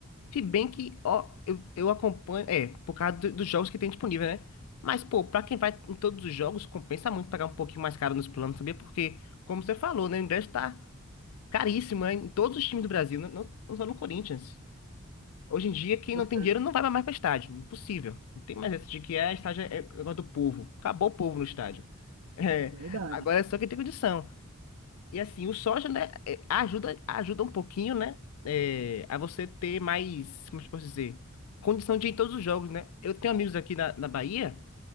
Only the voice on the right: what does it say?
Pois
é,
é verdade.